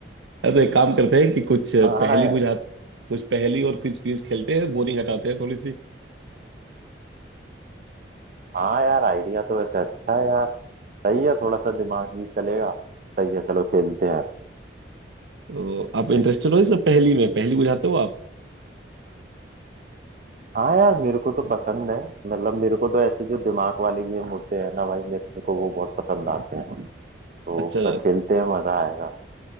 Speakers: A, on the right; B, on the right.
A: अरे तो एक काम करते हैं कि कुछ
B: था।
A: पहेली
B: हाँ यार
A: बुझा कुछ पहेली और कुछ क्विज खेलते हैं बोरिंग हटाते हैं थोड़ी सी
B: हाँ यार आइडिया तो वैसे अच्छा है यार सही है थोड़ा सा दिमाग भी चलेगा सही है चलो खेलते हैं
A: तो आप इंटरेस्टेड हो इस पहेली में पहेली बुझाते हो आप
B: हाँ यार मेरे को तो पसंद है मतलब मेरे को तो ऐसे जो दिमाग वाले गेम होते हैं ना भाई मेरे को तो वो बहुत पसंद आते हैं तो
A: अच्छा
B: पर खेलते हैं मजा आएगा